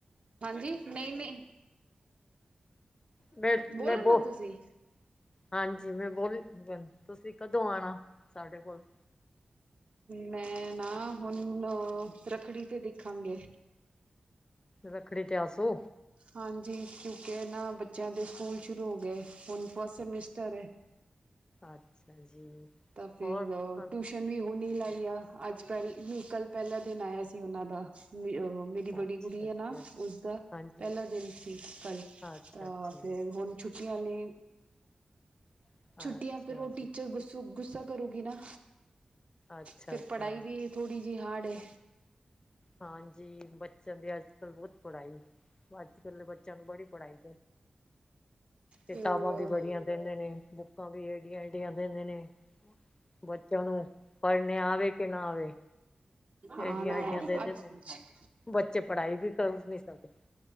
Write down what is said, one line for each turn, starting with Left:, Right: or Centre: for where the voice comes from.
Right: ਹਾਂਜੀ ਨਹੀ- ਨਹੀ।
Left: ਮੈਂ
Right: ਬੋਲੋ
Left: -ਮੈਂ
Right: ਨਾ
Left: ਬਹੁ
Right: ਤੁਸੀਂ
Left: ਹਾਂਜੀ ਮੈਂ ਬੋਲ ਤੁਸੀਂ ਕਦੋਂ ਆਉਣਾ ਸਾਡੇ ਕੋਲ
Right: ਮੈਂ ਨਾ ਹੁਣ ਰੱਖੜੀ ਤੇ ਦੇਖਾਂਗੇ।
Left: ਰੱਖੜੀ ਤੇ ਆਸੋ
Right: ਹਾਂਜੀ ਕਿਉਂਕਿ ਇਹ ਨਾ ਬੱਚਿਆਂ ਦੇ ਸਕੂਲ ਸ਼ੁਰੂ ਹੋ ਗਏ ਹੁਣ ਫਸਟ ਸਿਮਟਰ ਏ।
Left: ਅੱਛਾ ਜੀ।
Right: ਤਾਂ ਫਿਰ
Left: ਹੋਰ ਤੁਸਾਂ
Right: ਟਯੂਛ ਵੀ ਹੁਣੀ ਲਾਈ ਆ ਅੱਜ ਪਹਿਲਾ ਕਲ ਪਹਿਲਾ ਦਿਨ ਆਇਆ ਸੀ ਉਹਨਾਂ ਦਾ ਵੀ ਉਹ ਮੇਰੀ
Left: ਅੱਛਾ
Right: ਵੱਡੀ ਕੁੜੀ
Left: ਜੀ
Right: ਆ ਨਾ
Left: ਅੱਛਾ
Right: ਉਸਦਾ
Left: ਹਾਂਜੀ
Right: ਪਹਿਲਾ ਦਿਨ ਸੀ ਕੱਲ੍ਹ
Left: ਅੱਛਾ
Right: ਤਾਂ
Left: ਠੀਕ
Right: ਫੇਰ ਹੁਣ ਛੁੱਟੀਆਂ ਨੇ।
Left: ਹੈ
Right: ਛੁੱਟੀਆਂ
Left: ਅੱਛਾ
Right: ਫਿਰ ਉਹ ਟੀਚਰ
Left: ਜੀ
Right: ਗੁੱਸੁ ਗੁੱਸਾ ਕਰੂਗੀ ਨਾ
Left: ਅੱਛਾ
Right: ਫੇਰ
Left: ਅੱਛਾ
Right: ਪੜ੍ਹਾਈ ਵੀ ਥੋੜੀ ਜਿਹੀ ਹਾਰਡ ਹੈ।
Left: ਹਾਂਜੀ ਬੱਚਿਆਂ ਦੀ ਅੱਜ ਕੱਲ ਬਹੁਤ ਪੜ੍ਹਾਈ ਅੱਜ ਕੱਲ ਬੱਚਿਆਂ ਨੂੰ ਬੜੀ ਪੜ੍ਹਾਈ ਕਿਤਾਬਾਂ
Right: ਫਿਰ
Left: ਵੀ ਬੜੀਆਂ ਦਿੰਦੇ ਨੇ ਬੁੱਕਾਂ ਵੀ ਏਡੀਆਂ- ਏਡੀਆਂ ਦਿੰਦੇ ਨੇ ਬੱਚਿਆਂ ਨੂੰ ਪੜ੍ਹਨੇ ਆਵੇ ਕਿ ਨਾ ਆਵੇ
Right: ਆਨਾ।
Left: ਏਡੀਆਂ ਏਡੀਆਂ
Right: ਅੱਛਾ
Left: ਦੇ ਦਿੰਦੇ
Right: ਅੱਜਕਲ <unintelligible>
Left: ਨੇ ਬੱਚੇ ਪੜ੍ਹਾਈ ਵੀ ਕਰ ਨਹੀਂ ਸਕਦੇ